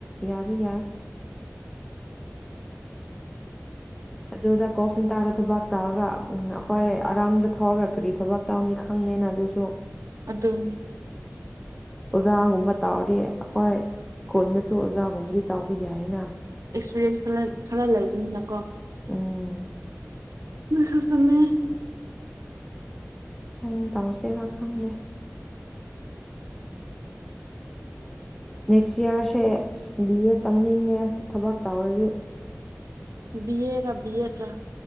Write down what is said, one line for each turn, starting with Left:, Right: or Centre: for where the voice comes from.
Centre: ꯌꯥꯗꯤ ꯌꯥꯏ ꯑꯗꯨꯗ ꯀꯣꯐꯟ ꯇꯥꯔ ꯊꯕ ꯇꯧꯔꯒ ꯎ ꯑꯩꯈꯣꯏ ꯑꯔꯥꯝꯗ ꯊꯧꯔꯒ ꯀꯔꯤ ꯊꯕꯛ ꯇꯧꯅꯤ ꯈꯪꯗꯦꯅ ꯑꯗꯨꯁꯨ
Right: ꯑꯗꯨꯗꯅꯦ
Centre: ꯑꯣꯖꯥꯒꯨꯝꯕ ꯇꯥꯎꯗꯤ ꯍꯣꯏ ꯍꯣꯜ ꯑꯣꯖꯥꯒꯨꯝꯕꯗꯤ ꯇꯥꯎꯕ ꯌꯥꯏꯌꯦꯅ
Right: ꯑꯦꯛꯁꯄꯤꯔꯤꯌꯦꯟꯁ ꯈꯔ ꯈꯔ ꯂꯩꯕꯅꯤꯅꯀꯣ
Centre: ꯎꯝ
Right: ꯁ ꯁꯃꯦ
Centre: ꯑꯩꯅ ꯇꯎꯁꯤꯦꯔꯥ ꯈꯪꯗꯦ ꯅꯦꯛꯁ ꯏꯌꯥꯔꯁꯦ ꯁꯤ ꯕꯤ ꯑꯦ ꯇꯝꯅꯤꯡꯉꯦ ꯊꯕꯛ ꯇꯧꯔꯤꯔꯤ
Right: ꯕꯤꯑ ꯔ ꯕꯤꯑꯠ ꯔ